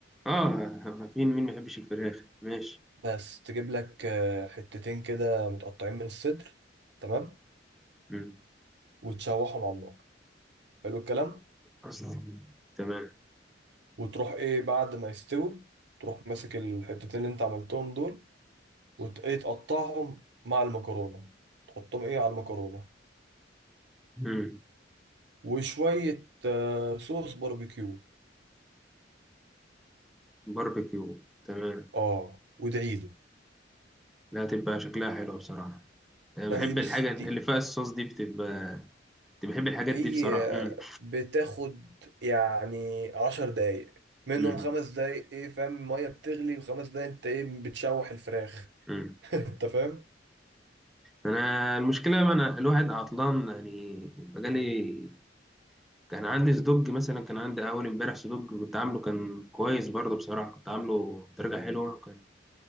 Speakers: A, in the centre; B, on the right.
A: اه فين مين ما يحبش الفراخ ماشي
B: بس تجيب لك آه، حتتين كده متقطعين من الصدر تمام
A: مم. الله
B: وتشوحهم على النار حلو الكلام
A: اصلا تمام
B: وتروح ايه بعد ما يستوي تروح ماسك الحتتين اللي انت عملتهم دول وت- ايه تقطعهم مع المكرونة تحطهم ايه على المكرونة
A: مم.
B: وشوية آه، صوص باربيكيو
A: باربيكيو تمام
B: اه وادعيلي
A: لا تبقى شكلها حلو بصراحة انا
B: لا
A: بحب
B: انا دي بص
A: الحاجة اللي
B: دي
A: فيها الصوص دي بتبقى كنت بحب الحاجات
B: هي
A: دي بصراحة مم.
B: بتاخد يعني عشر دقايق منهم
A: مم.
B: خمس دقايق ايه فاهم المية بتغلي وخمس دقايق انت ايه بتشوح الفراخ
A: مم.
B: <laughs> انت فاهم
A: انا المشكلة ما انا الواحد عطلان يعني بقالي كان عندي صدق مثلا كان عندي اول امبارح صدق كنت عامله كان كويس برضه بصراحة كنت عامله درجة حلوة كان